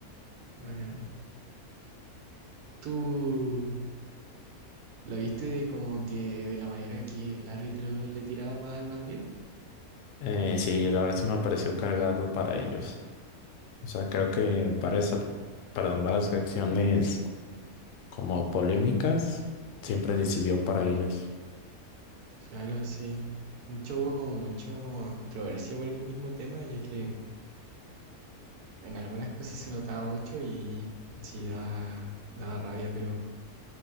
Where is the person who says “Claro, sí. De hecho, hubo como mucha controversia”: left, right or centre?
Right